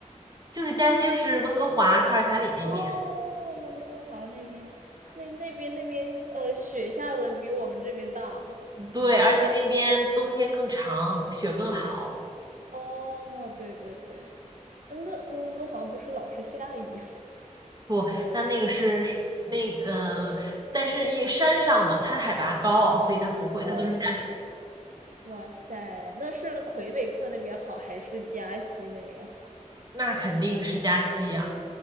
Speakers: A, on the right (about 30°); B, on the right (about 85°).
A: 就是加西就是温哥华、卡尔加里那边，
B: 哦，温哥华那边，那那边那边呃，雪下的比我们这边大吗？
A: 对，而且那边冬天更长，雪更好。
B: 哦，对对对，那温哥华不是老是下雨吗？
A: 不，但那个是是那呃，但是一山上嘛，它海拔高，所以它不会，
B: 哦，
A: 它都是下雪。
B: 哇塞，那是魁北克那边好还是加西那边好？
A: 那肯定是加西呀、